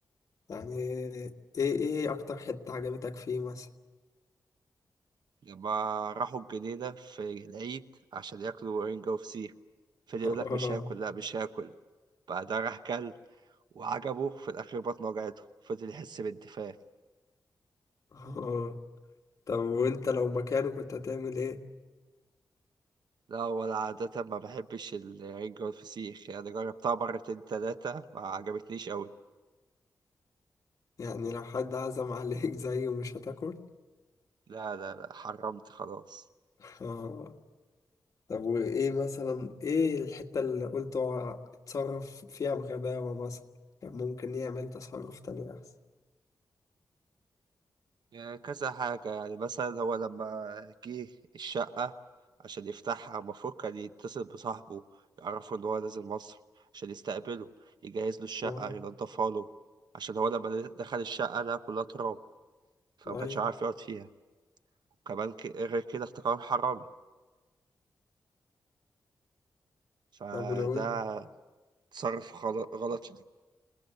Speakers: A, on the left; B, on the right.
A: يعني إيه إيه أكتر حتة عجبتك فيه مثلا؟
B: لما راحوا الجنينة في العيد عشان ياكلوا رنجة وفسيخ فضل يقول
A: <laughs>
B: لك مش هاكل لا مش هاكل بعدها راح كل وعجبه في الأخير بطنه وجعته فضل يحس بالدفاع
A: آه. طب وأنت لو مكانه كنت هتعمل إيه؟
B: لا ولا عادة ما بحبش الرنجة والفسيخ يعني جربتها مرتين تلاتة ما عجبتنيش أوي
A: يعني لو حد عزم عليك زيه مش هتاكل؟
B: لا لا لا حرمت خلاص
A: <laughs> طب وإيه مثلا إيه الحتة اللي قلت هو اتصرف فيها بغباوة مثلا كان ممكن يعمل تصرف تاني أحسن
B: يعني كذا حاجة يعني مثلا هو لما جه الشقة عشان يفتحها المفروض كان يتصل بصاحبه يعرفه إن هو نازل مصر عشان يستقبله يجهز له الشقة
A: آه
B: ينضفها له عشان هو لما دخل الشقة لقى كلها تراب فما
A: أيوة
B: كانش عارف يقعد فيها وكمان ك- غير كده افتكر حرامي فده
A: طب ولو أنت
B: تصرف خل- غلط